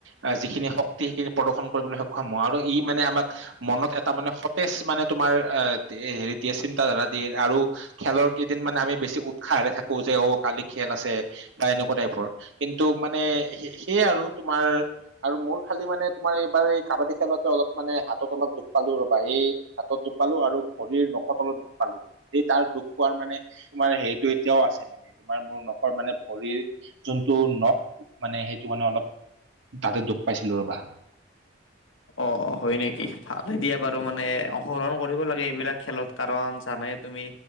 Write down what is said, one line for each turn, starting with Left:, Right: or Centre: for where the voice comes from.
Right: আহ যিখিনি শক্তি সেইখিনি প্ৰদৰ্শন কৰিবলৈ সক্ষম হওঁ আৰু ই মানে আমাক মনত এটা মানে সতেজ মানে তোমাৰ এ হেৰি দিয়ে, চিন্তাধাৰা দিয়ে আৰু খেলৰ কেইদিন মানে আমি বেছি উৎসাহেৰে থাকো, যে অ', কালি খেল আছে বা এনেকুৱা টাইপৰ। কিন্তু মানে সেই আৰু তোমাৰ আৰু মোৰ খালি মানে তোমাৰ এইবাৰ এই কাবাডী খেলতে অলপ মানে হাতত অলপ দুখ পালো ৰ'বা। সেই হাতত দুখ পালো আৰু ভৰিৰ নখত অলত দুখ পালো মানে। সেই তাৰ দুখ পোৱাৰ মানে তোমাৰ সেৰিটো এতিয়াও আছে মানে তোমাৰ মোৰ নখৰ মানে ভৰিৰ যোনটো নখ, মানে সেইটো মানে অলপ তাতে দুখ পাইছিলো ৰ'বা।
Left: অ', হয় নেকি, ভালে দিয়া বাৰু মানে অংশগ্ৰহণ কৰিব লাগে এইবিলাক খেলত। কাৰণ জানাই তুমি